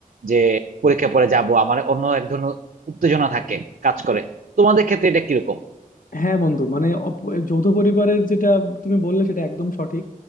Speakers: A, on the right (about 75°); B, on the left (about 65°).
A: যে পরীক্ষা পরে যাব আমার অন্য এক ধরনের উত্তেজনা থাকে কাজ করে তোমাদের ক্ষেত্রে এটা কিরকম
B: হ্যাঁ বন্ধু মানে অপ- যৌথ পরিবারের যেটা তুমি বললে সেটা একদম সঠিক